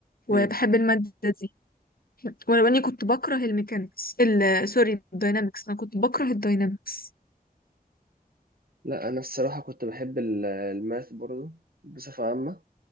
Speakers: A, on the left (about 70°); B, on the right (about 70°).
A: وبحب
B: مم.
A: المادة دي ولو إني كنت بكره الميكانيكس ال سوري الداينامكس أنا كنت بكره الداينامكس
B: لا انا الصراحه كنت بحب ال- الماث برضه بصفه عامه